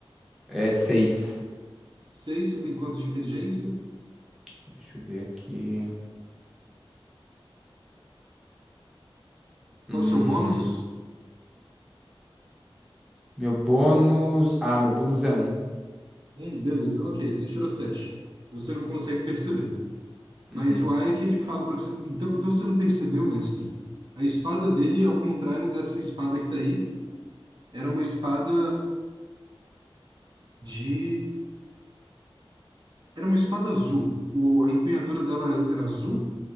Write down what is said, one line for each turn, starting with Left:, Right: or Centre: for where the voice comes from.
Centre: é seis.
Right: Seis, você tem quanto de inteligência?
Centre: Deixa eu ver aqui. Hum,
Right: Qual o seu bônus?
Centre: meu bônus. Ah, meu bônus é um.
Right: Um, beleza. Ok, você tirou sete. Você não consegue perceber.
Centre: Uhum,
Right: Mas o Arik, ele fala para você. Então, então você não percebeu, mestre? A espada dele, é ao contrário dessa espada que tá aí, Era uma espada de. Era uma espada azul. O, a empunhadura dela era azul.